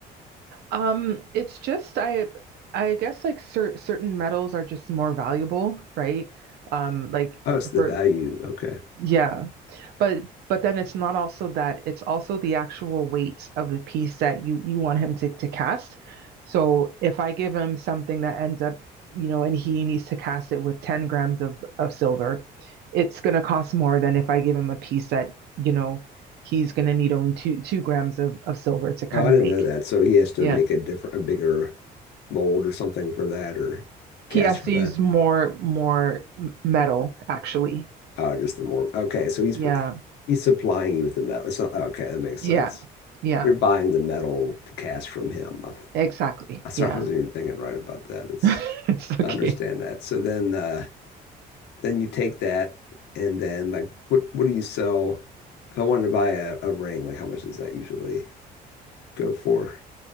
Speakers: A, on the right (about 75°); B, on the left (about 75°).
A: Um, it's just I I guess like cer certain metals are just more valuable, right? Um, like
B: Oh, it's the
A: for
B: value. Okay.
A: yeah. But but then it's not also that, it's also the actual weight of the piece that you you want him to to cast. So if I give him something that ends up, you know, and he needs to cast it with 10 grams of of silver, it's going to cost more than if I give him a piece that, you know, he's going to need only 2 2 grams of of silver to kind
B: Oh, I
A: of
B: didn't
A: make.
B: know that. So he has to
A: Yeah.
B: make a different, a bigger mold or something for that or cast
A: He has
B: for
A: to
B: that.
A: use more more metal actually.
B: Oh, just the more. Okay. So he's
A: Yeah.
B: pr- he's supplying you with the metal. So, okay. That makes
A: Yeah.
B: sense.
A: Yeah.
B: You're buying the metal cast from him.
A: Exactly.
B: <laughs> Sorry,
A: Yeah.
B: I wasn't even thinking right about that. It's,
A: <laughs> It's okay.
B: I understand that. So then, uh, then you take that and then like, what, what do you sell? If I wanted to buy a, a ring, like how much does that usually go for?